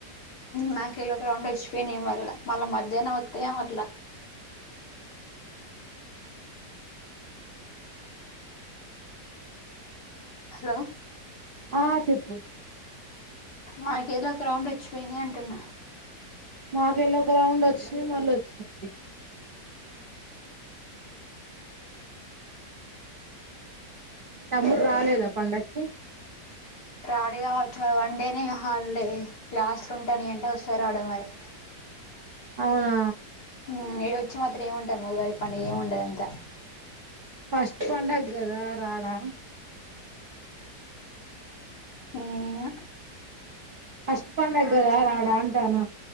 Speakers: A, on the left; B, on the right.
A: మ్యాకలు ఒక రౌండ్ ఒచ్చిపోయినయ్ మళ్ళ, మళ్ళ మధ్యాహ్నం వత్తయేమో అట్ల. హలో
B: ఆ చెప్పు
A: మాకేలో ఒక రౌండ్ ఒచ్చి పోయినై అంటున్నా
B: మాకెళ్ళో ఒక రౌండ్ ఒచ్చినయ్, మళ్ళ ఒచ్చినయ్. మీ తమ్ముడు రాలేదా పండక్కి
A: రాడుగా ఒచ్చిన వన్ డేనే ఇగ హాల్డే, క్లాస్ లు ఉంటున్నాయంట వస్త రాడో మరి. <inaudible>
B: అవునా
A: హూమ్, ఈడ ఒచ్చి మాత్రం ఏముంటది మొగోది పండగ ఏముండదు అంతా.
B: ఫస్ట్ పండ్డగ్ గదా రాడా
A: ఏమో
B: ఫస్ట్ పండగ్ గదా రాడా అంటాన్న